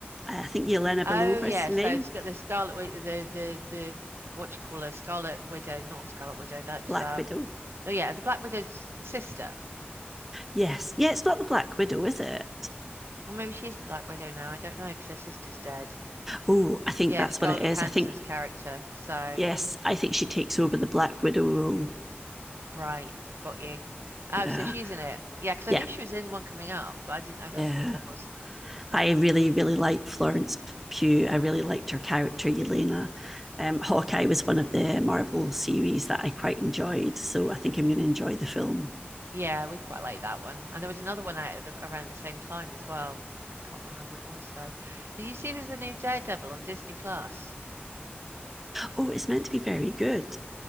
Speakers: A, in the centre; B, on the right (about 80°).
A: I think Yelena
B: Oh
A: Belova
B: yeah.
A: is the
B: So
A: name.
B: it's got the Scarlet Wi- the the the what do you call her? Scarlet Widow, not Scarlet Widow. That's
A: Black
B: um,
A: Widow.
B: oh yeah, the Black Widow's sister,
A: Yes. Yeah, it's not the Black Widow, is it?
B: or maybe she is the Black Widow now. I don't know because her sister's dead.
A: Oh, I think
B: Yeah,
A: that's
B: Scarlett
A: what it is.
B: Johansson's
A: I think
B: character. So.
A: yes, I think she takes over the Black Widow role.
B: Right, got you. Oh,
A: Yeah.
B: so she's in it. Yeah, because
A: Yeah.
B: I knew she was in one coming up, but I didn't know
A: Yeah.
B: that's what it was.
A: I really, really liked Florence Pugh. I really liked her character, Yelena. Um, Hawkeye was one of the Marvel series that I quite enjoyed. So I think I'm going to enjoy the film.
B: Yeah, we quite like that one. And there was another one out at the, around the same time as well. I can't remember what it was though. Did you see there's a new Daredevil on Disney Plus?
A: oh, it's meant to be very good.